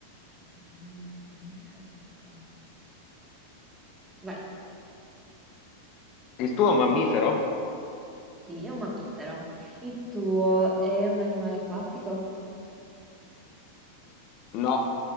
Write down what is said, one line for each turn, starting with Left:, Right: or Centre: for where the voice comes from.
Right: Ok, non è un mas- mammifero. Ok, vai.
Left: Il tuo è un mammifero?
Right: Sì, è un mammifero. Il tuo è un animale acquatico?
Left: No.